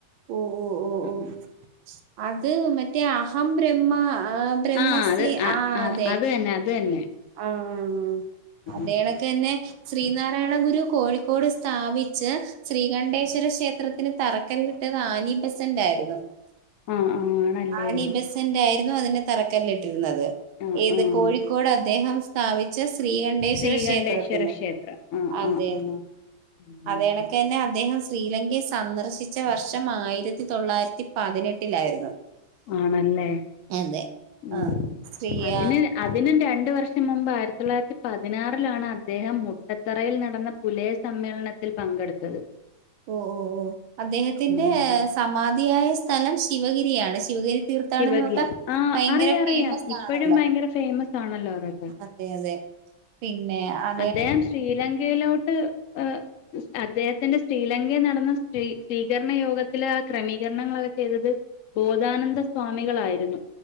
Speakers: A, on the right (about 90°); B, on the left (about 70°).
A: ഓഹ് ഓഹ് ഓഹ് ഓഹ്
B: ഉം <inaudible>
A: അത് മറ്റേ അഹം ബ്രഹ്മ ബ്രഹ്മസി
B: ആ അത് ആ
A: ആഹ് അതെ
B: അത് തന്നെ അത് തന്നെ.
A: ആഹ് അതേണക്ക്
B: ആ
A: തന്നെ ശ്രീനാരായണ ഗുരു കോഴിക്കോട് സ്ഥാപിച്ച ശ്രീകണ്ഠേശ്വര ക്ഷേത്രത്തിന് തറക്കല്ലിട്ടത് ആനി ബസന്റെയിരുന്നു
B: ആഹ് ആഹ് ആണല്ലേ
A: ആണബസന്റ ആയിരുന്നു അതിന് തറക്കല്ലിട്ടിരുന്നത്
B: ആഹ്
A: ഏത്
B: ആഹ്
A: കോഴിക്കോട് അദ്ദേഹം സ്ഥാപിച്ച ശ്രീകണ്ഠേശ്വര
B: ശ്രീകണ്ഠേശ്വര
A: ക്ഷേത്രത്തിന്
B: ക്ഷേത്രം ആഹ്
A: അതെ
B: ആഹ് ആഹ് ഉം
A: അതെ അതെണക്ക് തന്നെ അദ്ദേഹം ശ്രീലങ്കയിൽ സന്ദർശിച്ച വർഷം ആയിരത്തി തൊള്ളായിരത്തി പതിനെട്ടിലായിരുന്നു
B: ആണല്ലേ
A: അതെ
B: ഉം
A: ആഹ് ശ്രീയ
B: അതിന് അതിന് രണ്ട് വർഷം അതിനു മുമ്പ് ആയിരത്തി തൊള്ളായിരത്തി പതിനാറിലാണ് അദ്ദേഹം മുട്ടത്തറയിൽ നടന്ന പുലയ സമ്മേളനത്തിന് സമ്മേളനത്തിൽ പങ്കെടുത്തത്
A: ഓഹ് ഓഹ് ഓഹ് അദ്ദേഹത്തിന്റെ
B: ഉം
A: സമാധിയായ സ്ഥലം സ്ഥലം ശിവഗിരിയാണ് ശിവഗിരി തീർത്ഥാടനമൊക്കെ
B: ശിവഗിരി ആഹ്
A: ഭയങ്കര
B: അറിയാം
A: ഫേമസ്
B: അറിയാം ഇപ്പഴും
A: ആണല്ലോ
B: ഭയങ്കര ഫേമസ് ആണല്ലോ അതൊക്കെ
A: അതെ അതെ പിന്നെ ആഹ്
B: അദ്ദേഹം ശ്രീലങ്കയിലോട്ട്
A: <inaudible>
B: ഏഹ് അദ്ദേഹത്തിന്റെ ശ്രീലങ്കയിൽ നടന്ന സ്സ്വീകരണ യോഗത്തിലെ ക്രമീകരണങ്ങളൊക്കെ ചെയ്തത് ബോധാനന്ദ സ്വാമികളായിരുന്നു